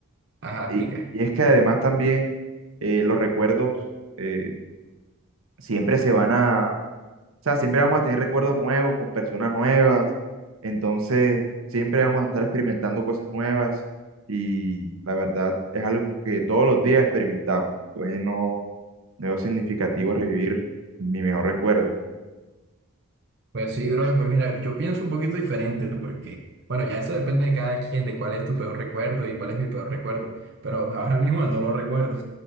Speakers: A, on the right; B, on the right.
A: Ajá, explica.
B: y, y es que además también eh, los recuerdos eh, siempre se van a, o sea, siempre vamos a tener recuerdos nuevos con personas nuevas. Entonces, siempre vamos a estar experimentando cosas nuevas y la verdad es algo que todos los días experimentamos. Entonces, no Debo significativo revivir mi mejor recuerdo.
A: Pues sí, bro, pues mira, yo pienso un poquito diferente porque, bueno, ya eso depende de cada quien, de cuál es tu peor recuerdo y cuál es mi peor recuerdo, pero ahora mismo no lo recuerdo.